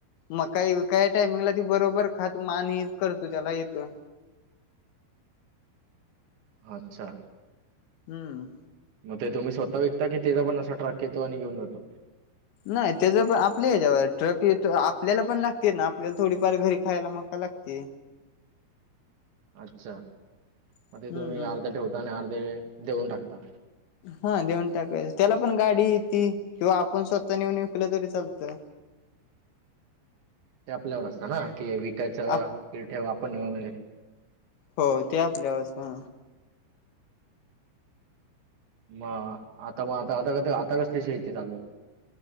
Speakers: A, on the left; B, on the right.
A: म काय काय टायमिंगला ती बरोबर खात मान हे करतो त्याला येतो
B: अच्छा!
A: हम्म.
B: मग ते तुम्ही स्वतः विकता की ते त्याचा पण असा ट्रक येतो आणि घेऊन जातो?
A: नाही तेज पण आपल्या हेच्यावर आहे ट्रक येतो आपल्याला पण लागते ना आपल्याला थोडी परत घरी खायला मका लागते
B: अच्छा!
A: हम्म
B: मग ते तुम्ही अर्धे ठेवता आणि अर्धे देऊन टाकता?
A: हा देऊन टाकायच, त्याला पण गाडी येती किंवा आपण स्वतः नेऊन विकलं तरी चालतं
B: ते आपल्यावर असतात ना कि विकायचं
A: आप
B: की ठेव आपण नेऊन
A: हो ते आपल्यावर असत हा
B: मग आता मग आता आता आता कसली शेती चालूय?